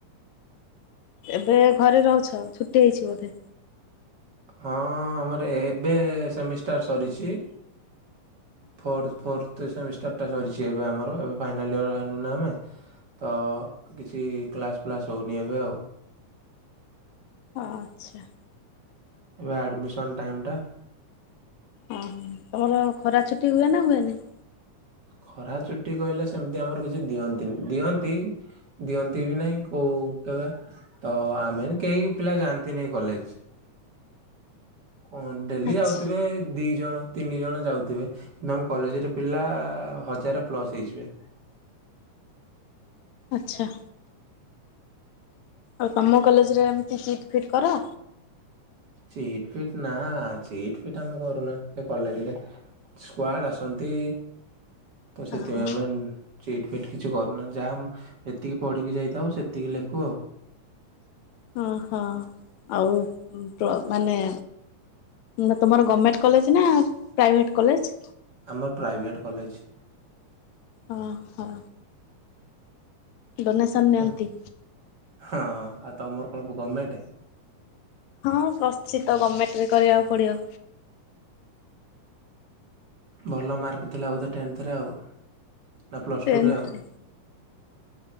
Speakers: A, on the left; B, on the right.
A: ଏବେ ଘରେ ରହୁଛ ଛୁଟି ହେଇଛି ବୋଧେ?
B: ହଁ ଆମର ଏବେ ସେମିଷ୍ଟାର ସରିଛି। ଫୋର୍ଥ ଫୋର୍ଥ ସେମିଷ୍ଟାର୍ଟଟା ସରିଛି ଏବେ ଆମର ଏବେ ଫାଇନାଲ୍ ଇୟର ହେଲୁନା ଆମେ। ତ କିଛି କ୍ଲାସ୍ ଫ୍ଲାସ୍ ହଉନି ଏବେ ଆଉ।
A: ଆ ଆଚ୍ଛା।
B: ଏବେ ଆଡ଼ମିସନ୍ ଟାଇମ୍ ଟା।
A: ଓହୋ ତମର ଖରା ଛୁଟି ହୁଏ ନା ହୁଏନି?
B: ଖରା ଚୁଟି କହିଲେ ସେମିତି ଆମର କିଛି ଦିଅନ୍ତିନି ଦିଅନ୍ତି ଦିଅନ୍ତି ବି ନାଇଁ କୋଉ କେବେ ତ ଆମେ କେହି ପିଲା ଯାଆନ୍ତି ନାହିଁ କଲେଜ। କଣ ଡେଲି
A: ଆଚ୍ଛା
B: ଯାଉଥିବେ ଦୁଇ ଜଣ ତିନି ଜଣ ଯାଉଥିବେ କିନ୍ତୁ ଆମ କଲେଜରେ ପିଲା ହଜାରେ ପ୍ଲସ୍ ହେଇଯିବେ।
A: ଆଚ୍ଛା। ଆଉ ତମ କଲେଜ ରେ ଏମିତି ଚିଟ ଫିଟ କର?
B: ଚିଟ ଫିଟ ନା ଚିଟ ଫିଟ ଆମେ କରୁନା ସେ କଲେଜରେ। ସ୍କ୍ୱଡ ଆସନ୍ତି ତ ସେଥିପାଇଁ
A: ଓହୋ
B: ଆମେ ଚ୍ରିଟ୍ ଫିଟ୍ କିଛି କରୁନାଁ ଯାହାମ ଯେତିକି ପଢ଼ିକି ଯାଇଥାଉ ସେତିକି ଲେଖୁ ଆଉ।
A: ହଁ ହଁ ଆଉ <unintelligible> ମାନେ ନା ତୁମର ଗଭର୍ଣ୍ଣମେଣ୍ଟ କଲେଜ ନା ପ୍ରାଇଭେଟ କଲେଜ?
B: ଆମର ପ୍ରାଇଭେଟ୍ କଲେଜ।
A: ଅ ହଁ। ଡୋନେସନ ନିଅନ୍ତି।
B: ତ ହଁ ଆଉ ତମର କଣ ଗମେଣ୍ଟ?
A: ହଁ ପ୍ରଶ୍ଚିତ ଗର୍ମେଣ୍ଟ ବି କରିବାକୁ ପଡିବ।
B: ଭଲ ମାର୍କ ଥିଲା ବୋଧେ <unintelligible> ଆଉ ନା ପ୍ଲସ୍
A: ଟେନ୍ଥରେ।
B: ଟୁ ରେ ଆଉ।